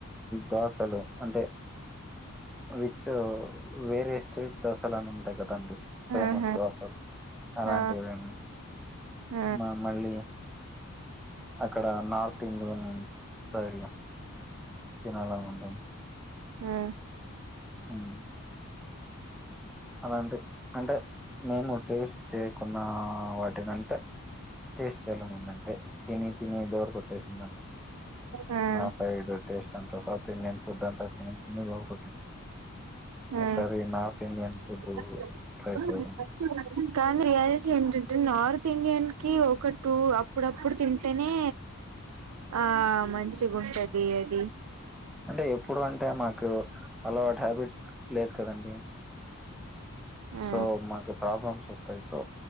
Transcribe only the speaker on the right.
ఆహా
ఆ ఆ
ఉమ్.
ఆ
ఆ
<unintelligible>
ఇండియన్ కి ఒకటు అప్పుడప్పుడు తింటేనే ఆ మంచిగ ఉంటది అది
ఆ